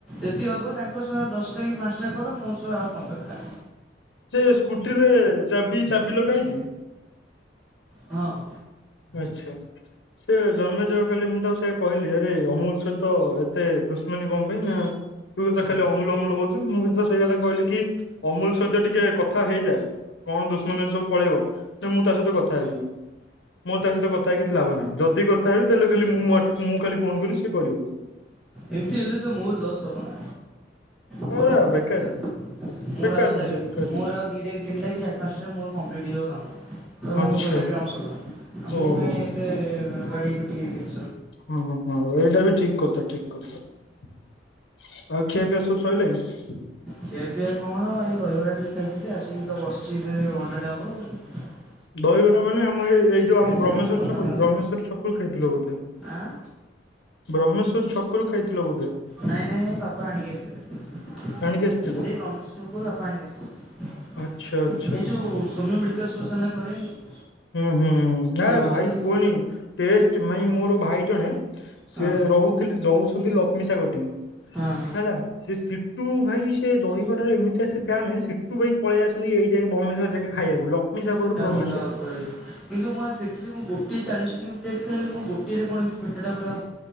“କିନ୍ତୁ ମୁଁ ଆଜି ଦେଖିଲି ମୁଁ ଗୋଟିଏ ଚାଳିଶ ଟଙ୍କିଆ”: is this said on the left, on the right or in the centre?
Centre